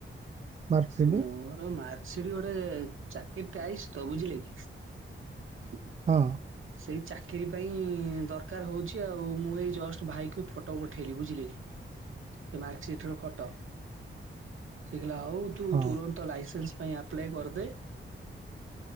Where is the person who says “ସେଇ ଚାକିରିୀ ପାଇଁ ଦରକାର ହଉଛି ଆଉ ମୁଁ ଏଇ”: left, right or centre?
Right